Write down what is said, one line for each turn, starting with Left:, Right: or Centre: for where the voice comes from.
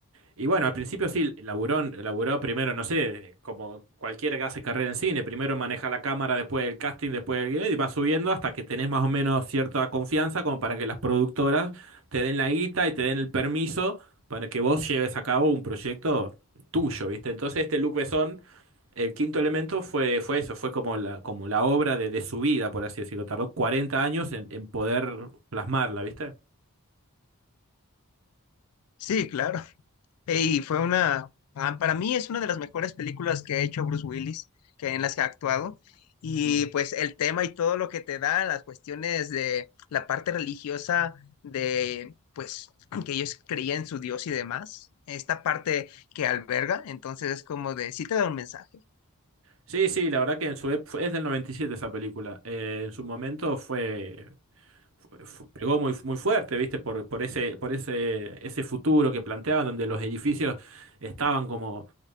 Right: y bueno, al principio sí, laburó, laburó primero, no sé, como cualquiera que hace carrera en cine, primero maneja la cámara, después el casting, después el guion, y va subiendo hasta que tenés más o menos cierta confianza como para que las productoras te den la guita y te den el permiso para que vos lleves a cabo un proyecto tuyo, ¿viste? Entonces este Luc Besson, el quinto elemento, fue, fue eso, fue como la, como la obra de, de su vida, por así decirlo. Tardó 40 años en, en poder plasmarla, ¿viste?
Left: sí, claro. Y fue una, ah, para mí es una de las mejores películas que ha hecho Bruce Willis, que en las que ha actuado. Y
Right: Mm.
Left: pues el tema y todo lo que te da, las cuestiones de la parte religiosa, de pues <clears throat> que ellos creían en su Dios y demás, esta parte que alberga, entonces es como de, sí te da un mensaje.
Right: Sí, sí, la verdad que en su ep- fue- es del 97 esa película. Eh, en su momento fue, fue- fu- pegó muy, muy fuerte, ¿viste? Por, por ese, por ese, ese futuro que planteaban, donde los edificios estaban como.